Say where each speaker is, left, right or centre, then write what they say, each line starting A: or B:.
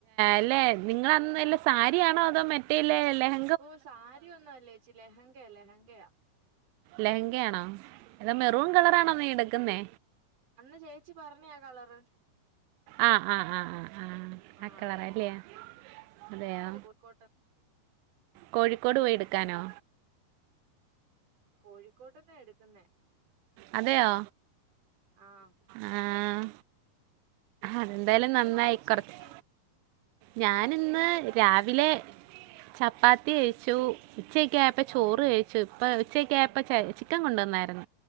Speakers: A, on the right (about 90°); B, on the right (about 45°).
A: അല്ലെ നിങ്ങള അന്നല്ല സാരിയാണോ അതോ മറ്റേലേ ലഹ
B: ഓഹ് സാരി ഒന്നും അല്ലേച്ചി ലെഹങ്കയാ ലെഹങ്കയാ
A: ലഹങ്കയാണോ <unintelligible>
B: ആഹ്
A: മെറൂൺ കളറാണോ നീ എടുക്കുന്നേ?
B: അന്ന് ചേച്ചി പറഞ്ഞ ആ കളറ്
A: ആഹ് ആഹ് ആഹ് ആഹ്
B: ആഹ്
A: ആ കളർഅല്ലയൊ അതെയോ
B: എടു കോഴിക്കോട്ട്
A: കോഴിക്കോട് പോയി എടുക്കാനോ?
B: കോഴിക്കോട്ട്ന്നാ എടുക്കുന്നേ
A: അതെയോ
B: ആഹ്
A: ആഹ് അതെന്തായാലും
B: പിന്നെന്തോ
A: നന്നായി
B: കഴിച്ചേ
A: കൊറച്ച്
B: ചേച്ചി
A: ഞാനിന്ന് രാവിലെ ചപ്പാത്തി കഴിച്ചു ഉച്ചയൊക്കെ ആയപ്പോ ചോറ് കഴിച്ചു ഇപ്പ ഉച്ചയ്ക്ക ആയപ്പോ ച ചിക്കൻ കൊണ്ടുവന്നായിരുന്നു